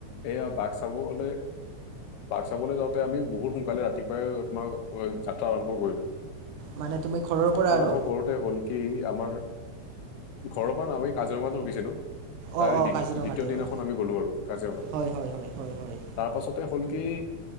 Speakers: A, on the left; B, on the right.
A: এয়া বাঘ চাবলে বাঘ চাবলৈ যাওঁতে আমি বহুত সোনকালে ৰাতিপুৱাই তোমাৰ যাত্ৰা আৰম্ভ কৰিলো। <inaudible>
B: মানে তুমি ঘৰৰ
A: যাত্ৰা
B: পৰা আৰু
A: আৰম্ভ কৰোঁতে হ'ল কি আমাৰ ঘৰৰ পৰা নহয় আমি কাজিৰঙাত <unintelligible> তাৰে
B: অঁ অঁ কাজিৰঙাতে
A: দ্বিতীয় দিনাখন
B: অঁ
A: আমি গ'লো আৰু কাজিৰঙা
B: হয় হয় হয় হয় হয়
A: তাৰ পাছতে হ'ল কি